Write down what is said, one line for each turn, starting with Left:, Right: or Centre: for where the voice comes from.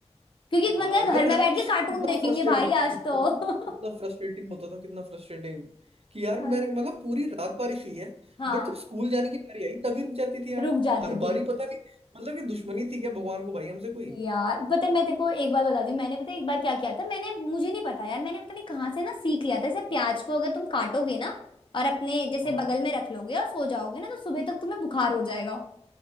Left: क्योंकि मन
Right: हाँ
Left: कर घर
Right: यार
Left: में
Right: है ना
Left: बैठ के कार्टून
Right: कितना
Left: देखेंगे
Right: फ्रस्ट्रेटिंग
Left: भाई
Right: कितना
Left: आज तो
Right: कितना
Left: <laughs>
Right: फ्रस्ट्रेटिंग होता था कितना फ्रस्ट्रेटिंग कि यार
Left: पर
Right: मेरे मतलब पूरी रात बारिश हुई है
Left: हाँ
Right: बट जब स्कूल जाने की बारी आई तभी रुक जाती थी यार
Left: रुक जाती
Right: हर बारी
Left: थी
Right: पता नहीं मतलब कि दुश्मनी थी क्या भगवान को भाई हमसे कोई
Left: यार पता है मैं तेरे को एक बार बता दूं मैंने पता है एक बार क्या किया था मैंने मुझे नहीं पता यार मैंने पता नहीं कहाँ से ना सीख लिया था जैसे प्याज को अगर तुम काटोगे ना और अपने जैसे
Right: हाँ
Left: बगल में रख लोगे और सो जाओगे ना तो सुबह तक तुम्हें बुखार हो जाएगा